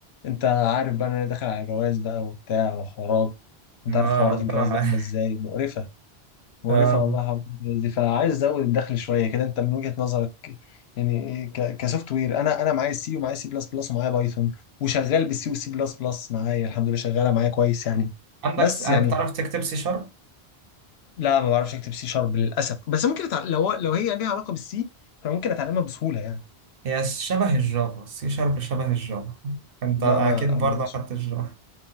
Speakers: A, on the left; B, on the right.
A: انت عارف بقى ان انا داخل على جواز بقى وبتاع وحوارات انت
B: آه،
A: عارف حوارات
B: ربنا
A: الجواز
B: معاك
A: دي عامله ازاي مقرفه مقرفة
B: اه
A: والله حوار الجهاز دي فعايز ازود الدخل شوية كده انت من وجهة نظرك يعني ك- كسوفت وير انا انا معايا سي ومعايا سي بلس بلس ومعايا بايثون وشغال بالسي وسي بلس بلس معايا الحمد لله شغالة معايا كويس يعني
B: عندك
A: بس
B: س- آه،
A: يعني
B: بتعرف تكتب سي شارب
A: لا ما بعرفش اكتب سي شارب للاسف بس ممكن أتع... لو لو هي ليها علاقة بالسي فممكن اتعلمها بسهولة يعني
B: هي شبه الجافا سي شارب شبه الجافا انت
A: لا
B: اكيد
A: ما
B: برضه
A: ما
B: اخدت الجافا